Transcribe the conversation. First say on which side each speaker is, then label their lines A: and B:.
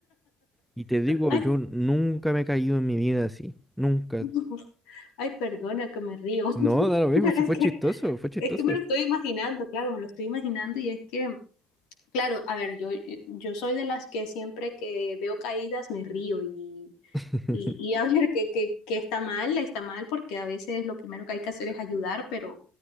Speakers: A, in the centre; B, on the left.
A: Y te digo,
B: Ay,
A: yo nunca me he caído en mi vida así. Nunca.
B: <laughs> ay, perdona que me río. <laughs>
A: No, da lo mismo,
B: Pero
A: si
B: es
A: fue
B: que,
A: chistoso, fue chistoso.
B: es que me lo estoy imaginando, claro, me lo estoy imaginando y es que, claro, a ver, yo, yo soy de las que siempre que veo caídas me río y,
A: <laughs>
B: y, y a ver que, que, que está mal, está mal porque a veces lo primero que hay que hacer es ayudar, pero